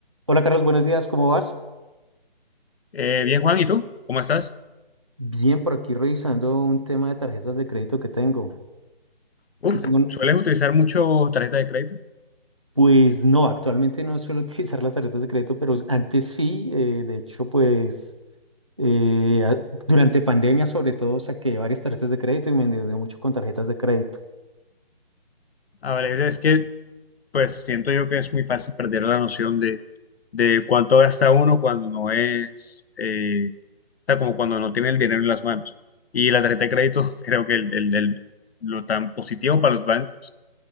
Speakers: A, on the right; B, on the left.
A: Hola Carlos, buenos días, ¿cómo vas?
B: Eh, bien, Juan, ¿y tú? ¿Cómo estás?
A: Bien, por aquí revisando un tema de tarjetas de crédito que tengo.
B: Uf,
A: Que tengo, un-
B: ¿sueles utilizar mucho tarjeta de crédito?
A: pues no, actualmente no suelo <laughs> utilizar las tarjetas de crédito, pero antes sí, eh, de hecho, pues eh, a- durante pandemia sobre todo saqué varias tarjetas de crédito y me endeudé mucho con tarjetas de crédito.
B: A veces es que, pues, siento yo que es muy fácil perder la noción de, de cuánto gasta uno cuando no es, eh, o sea, como cuando no tiene el dinero en las manos. Y la tarjeta de crédito, <laughs> creo que el, el- el- lo tan positivo para los bancos